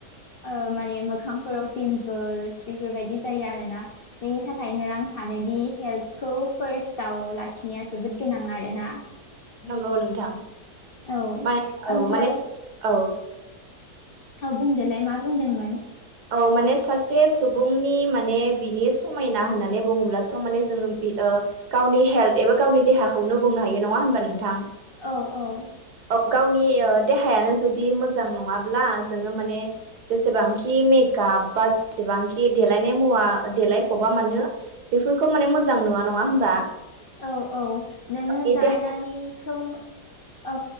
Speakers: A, on the left; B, on the right.
A: ओ माने मोखांफोराव पिमपोल्स बेफोरबायदि जायो आरोना बेनि थाखायनो आं सानोदि हेल्थखौ फार्स्टआव लाखिनाया जोबोद गोनां आरोना
B: नंगौ नोंथां
A: औ
B: माने औ
A: ओमफ्राय
B: माने औ
A: औ बुंदोलाय मा बुंदोंमोन
B: औ माने सासे सुबुंनि माने बिनि समायना होननानै बुङोब्लाथ' माने जोङो गावनि हेल्थ एबा गावनि देहाखौनो बुंनो हायो नङा होनबा नोंथां
A: औ औ
B: औ गावनि देहायानो जुदि मोजां नङाब्ला जोङो माने जेसेबां कि मेकआप बा जेसेबांखि देलायनाय मुवा देलायफबा मानो बेफोरखौ माने मोजां नुवा नङा होनबा
A: औ औ नोङो
B: बे
A: जानानैखौ
B: देहायाव
A: औ